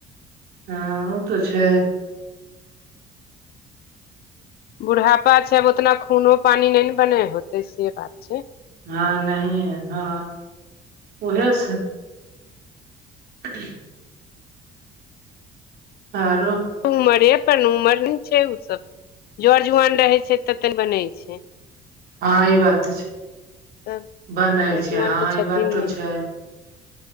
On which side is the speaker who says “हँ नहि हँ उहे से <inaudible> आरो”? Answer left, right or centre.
Right